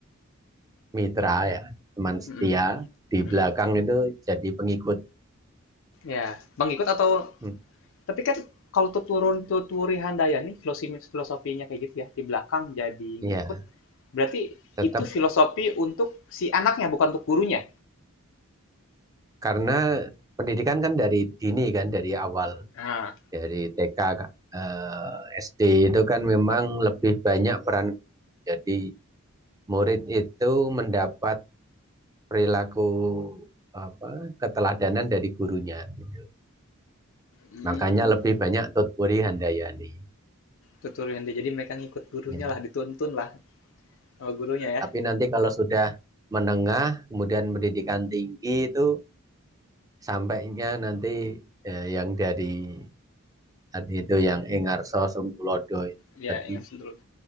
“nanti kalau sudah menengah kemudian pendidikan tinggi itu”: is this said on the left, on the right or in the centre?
Right